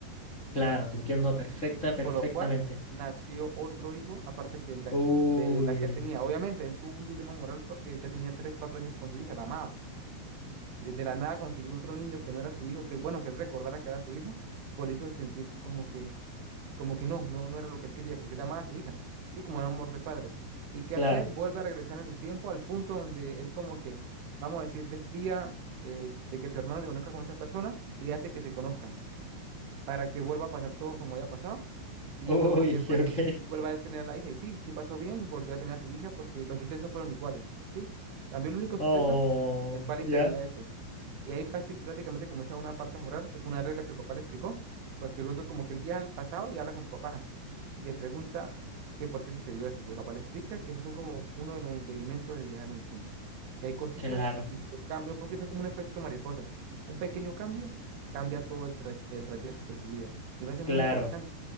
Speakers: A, on the left; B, on the right.
A: Claro, te entiendo perfecta,
B: Y
A: perfectamente.
B: por lo cual nació otro hijo, aparte que la,
A: Uy,
B: que- de la que él tenía. Obviamente, él tuvo un dilema moral porque él ya tenía 3, 4 años con su hija, la amaba. eh, De la nada consiguió otro niño que no era su hijo, que bueno, que él recordara que era su hijo, por hizo sentir como que, es- como que no, no, no era lo que él quería, porque él amaba a su hija, sí, como un amor de padre. ¿Y qué
A: claro.
B: hacer? Vuelve a regresar en el tiempo al punto donde él como que, vamos a decir, desvía eh, de que su hermano se conozca con esta persona y hace que se conozcan para que vuelva a pasar todo como había pasado y
A: Uy,
B: como que él vuel-
A: <laughs> ok.
B: y vuelva a él tener a la hija. Y sí, sí pasó bien, volvió a tener a su hija porque los sucesos fueron iguales, ¿sí? Cambió el único
A: Oh,
B: suceso, el cual
A: ya.
B: impedía eso. Y ahí prácti- prácticamente comienza una parte moral, que fue una regla que el papá le explicó, porque luego como que él viaja al pasado y habla con su papá y le pregunta que por qué sucedió eso. Y el papá le explica que esos son como uno de los impedimentos de viajar en el tiempo que hay cositas
A: Claro,
B: que si se cambia un poquito es como un efecto mariposa. Un pequeño cambio cambia todo el, tra- el trayecto de su vida. Y va a ser
A: claro,
B: muy interesante,